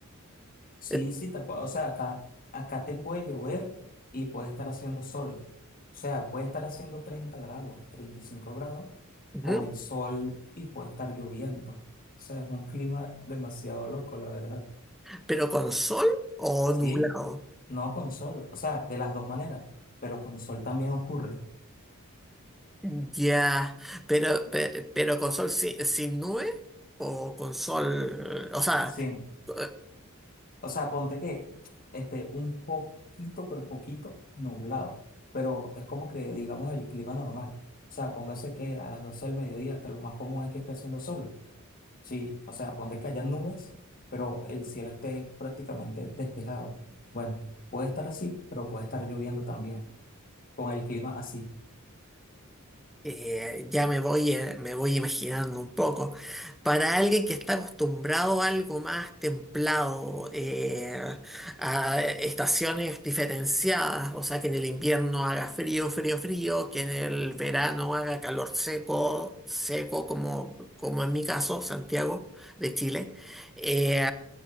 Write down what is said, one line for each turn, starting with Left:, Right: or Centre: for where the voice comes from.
Left: Sí,
Centre: Eh,
Left: sí, tal cual. O sea, acá, acá te puede llover y puede estar haciendo sol. O sea, puede estar haciendo 30 grados, 35 grados
Centre: ujú,
Left: con el sol y puede estar lloviendo. O sea, es un clima demasiado loco, la verdad.
Centre: ¿Pero con sol o
Left: ¿Sí?
Centre: nublado?
Left: No con sol. O sea, de las dos maneras, pero con sol también ocurre.
Centre: Ya, pero, pe- pero con sol si- sin nube o con sol, o sea...
Left: Sí.
Centre: eh,
Left: O sea, ponte que este, un poquito, pero poquito nublado. Pero es como que, digamos, el clima normal. O sea, póngase que a las 12 del mediodía, que lo más común es que esté haciendo sol. Sí, o sea, ponte que haya nubes, pero el cielo esté prácticamente despejado. Bueno, puede estar así, pero puede estar lloviendo también, con el clima así.
Centre: eh, ya me voy, eh, me voy imaginando un poco. Para alguien que está acostumbrado a algo más templado, eh, a estaciones diferenciadas, o sea, que en el invierno haga frío, frío, frío, que en el verano haga calor seco, seco, como, como en mi caso, Santiago de Chile, eh,